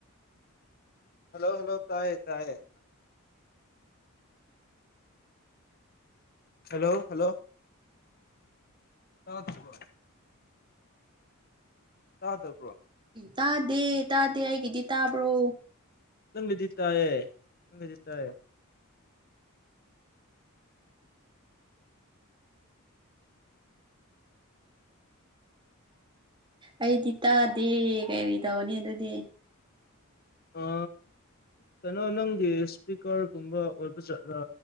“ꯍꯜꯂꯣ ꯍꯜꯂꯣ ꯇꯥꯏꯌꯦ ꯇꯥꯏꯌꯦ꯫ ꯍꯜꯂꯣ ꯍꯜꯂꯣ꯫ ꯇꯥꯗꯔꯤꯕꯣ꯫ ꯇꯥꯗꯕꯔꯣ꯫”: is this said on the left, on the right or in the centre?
Left